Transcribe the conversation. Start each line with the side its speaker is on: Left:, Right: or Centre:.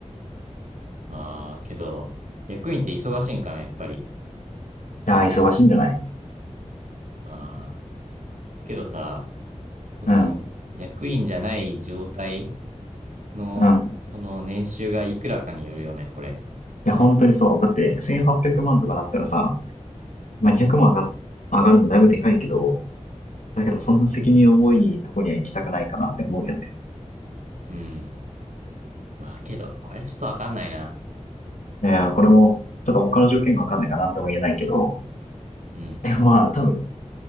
Right: まあ、けど、役員って忙しいんかな、やっぱり。
Left: いやー、忙しいんじゃない
Right: ああ、けどさ、その、
Left: うん、
Right: 役員じゃない状態の、
Left: うん。
Right: その年収がいくらかによるよね、これ。
Left: いや、本当にそう。だって、1800万とかだったらさ、まあ、200万上が、上がるのだいぶでかいけど、だけど、そんな責任重いとこには行きたくないかなって思うよね。
Right: うん。まあ、けど、これちょっとわかんないな。
Left: いやー、これも、ちょっと他の条件がわかんないから何とも言えないけど、
Right: うん。
Left: でもまあ、多分、